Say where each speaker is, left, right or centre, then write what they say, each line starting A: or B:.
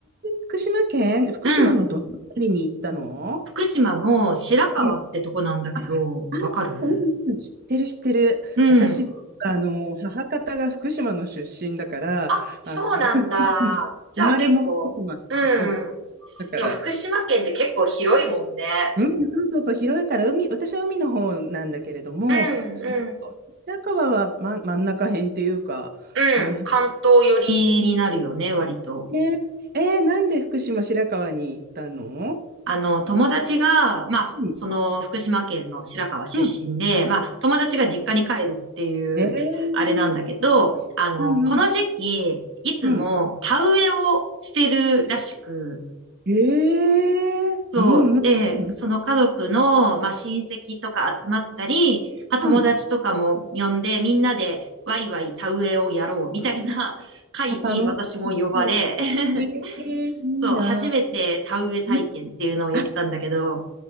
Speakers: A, on the right; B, on the right.
A: 福島県、福島のどの辺りに行ったの
B: うん。福島の白川ってとこなんだけど、
A: うん。あ、あ、
B: わかる
A: うんうん知ってる知ってる。
B: うん。
A: 私、あの、母方が福島の出身だから、
B: あ、そうなんだ。
A: あの、<laughs>
B: じゃあ結構、
A: 生まれも福島、
B: うん。
A: そうそう、だから、
B: でも福島県って結構広いもんね。
A: うん、そうそうそう、広いから、海、私は海の方なんだけれども、
B: うん、
A: そうそう白河は、
B: うん。
A: ま、真ん中辺っていうか、
B: うん。
A: その辺。
B: 関東寄りになるよね、割と。
A: ねえー、なんで福島白河に行ったの
B: あの、友達が、まあ、
A: うん。
B: その福島県の白河出身で、
A: うん
B: まあ、友達が実家に帰るっていう、
A: えー、
B: あれなんだけど、あの、
A: うんうん
B: この時期、いつも田植えをしてるらしく、
A: うん。ええうんうんうん。
B: そう。で、その家族の、まあ、親戚とか集まったり、まあ、友達とかも呼んで、
A: うん。
B: みんなでワイワイ田植えをやろうみたいな会に私も呼ばれ、
A: あ、楽しそう。ええいいな。
B: <laughs> そう、初めて田植え体験っていうのをやったんだけど、
A: うん。あ、す